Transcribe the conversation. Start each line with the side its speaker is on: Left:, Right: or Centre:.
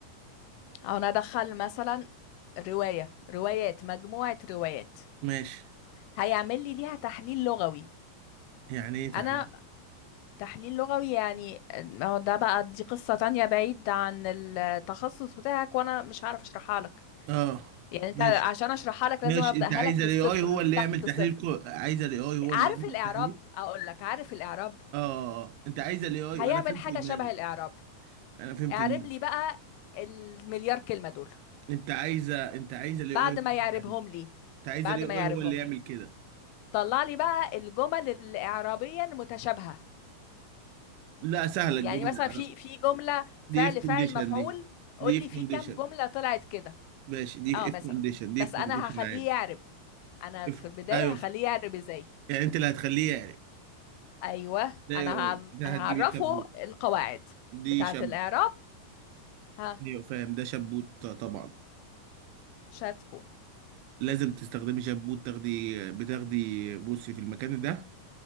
Left: او انا ادخل مثلا رواية روايات مجموعة روايات
Right: ماشي
Left: هيعمل لي ليها تحليل لغوي
Right: يعني ايه تحليل
Left: انا تحليل لغوي يعني ما هو ده بقى دي قصة تانية بعيد عن التخصص بتاعك وانا مش هعرف اشرحها لك
Right: اه
Left: يعني انت
Right: ماشي
Left: عشان اشرحها لك
Right: ماشي
Left: لازم ابداها
Right: انت عايز
Left: لك
Right: الاي
Left: من الصفر
Right: اي هو
Left: من
Right: اللي
Left: تحت
Right: يعمل تحليل
Left: الصفر
Right: كو... عايز الاي اي هو
Left: عارف
Right: اللي يعمل
Left: الإعراب
Right: التحليل
Left: أقول لك عارف الإعراب
Right: اه آه، آه. انت عايز الاي اي
Left: هيعمل
Right: انا فهمت
Left: حاجة
Right: دماغي
Left: شبه الإعراب
Right: انا فهمت
Left: اعرب
Right: دماغي
Left: لي بقى المليار كلمة دول
Right: انت عايزه انت عايز الاي
Left: بعد
Right: اي هو اللي
Left: ما يعربهم
Right: يعمل
Left: لي
Right: انت عايز
Left: بعد
Right: الاي
Left: ما
Right: اي
Left: يعربهم
Right: هو اللي يعمل
Left: لي
Right: كده
Left: طلع لي بقى الجمل اللي إعرابيا متشابهة
Right: لا سهله
Left: يعني
Right: الجمله
Left: مثلا
Right: العرب.
Left: في في جملة
Right: دي
Left: فعل
Right: اف كونديشن
Left: فاعل مفعول
Right: دي
Left: قول
Right: دي اف
Left: لي
Right: كونديشن
Left: في كام جملة طلعت كده
Right: ماشي دي
Left: اه
Right: اف
Left: مثلا
Right: كونديشن دي
Left: بس
Right: اف كونديشن
Left: أنا هخليه
Right: عادي
Left: يعرب أنا
Right: اف
Left: في البداية
Right: ايوه
Left: هخليه يعرب إزاي
Right: يعني انت اللي هتخليه يعرف
Left: أيوه
Right: ده اي
Left: أنا
Right: اي
Left: هعر-
Right: ده
Left: هعرفه
Right: هتجيبي شبوت
Left: القواعد
Right: دي
Left: بتاعة
Right: شب
Left: الإعراب ها
Right: ايوه فاهم ده شبوت طبعا
Left: شات
Right: لازم تستخدمي شامبو تاخدي بتاخدي بصي في المكان ده